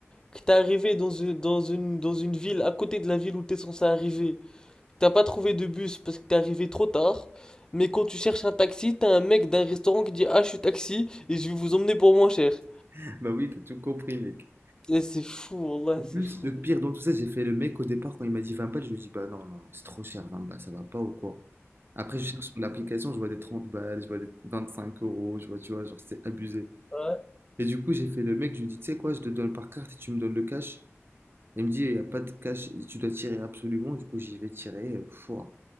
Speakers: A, on the left; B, on the right.
A: que t'es arrivé dans une, dans une, dans une ville à côté de la ville où t'es censé arriver, que t'as pas trouvé de bus parce que t'es arrivé trop tard, mais quand tu cherches un taxi, t'as un mec d'un restaurant qui dit «Ah, je suis taxi et je vais vous emmener pour moins cher».
B: <laughs> Bah oui, t'as tout compris mec.
A: Eh, c'est fou, là,
B: En plus,
A: c'est fou.
B: le pire dans tout ça, j'ai fait le mec au départ quand il m'a dit 20 balles, je lui ai dit bah non, non, non, c'est trop cher 20 balles, ça va pas ou quoi? Après je cherche sur l'application, je vois des 30 balles, je vois des 25 euros, je vois, tu vois, genre c'est abusé.
A: Ouais.
B: Et du coup, j'ai fait le mec, je lui ai dit, tu sais quoi, je te donne par carte et tu me donnes le cash. Il me dit, il n'y a pas de cash, tu dois tirer absolument. Du coup, j'y vais tirer. euh, Fouah,